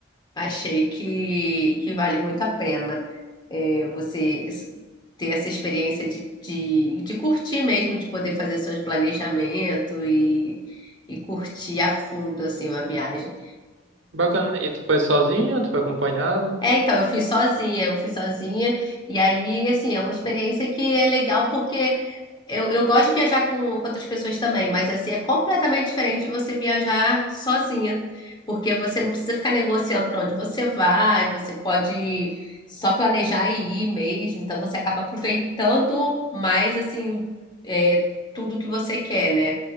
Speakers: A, on the left (about 25°); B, on the right (about 85°).
A: Achei que, que vale muito a pena é, você s- ter essa experiência de, de, de curtir mesmo, de poder fazer seus planejamentos e, e curtir a fundo assim, uma viagem.
B: Bacana. E tu foi sozinho, ou tu foi acompanhado?
A: É, então, eu fui sozinha, eu fui sozinha, e aí, assim, é uma experiência que é legal porque eu, eu gosto de viajar com, com outras pessoas também, mas assim, é completamente diferente você viajar sozinha, porque você não precisa ficar negociando para onde você vai, você pode só planejar e ir mesmo, então você acaba aproveitando mais, assim, é, tudo que você quer, né?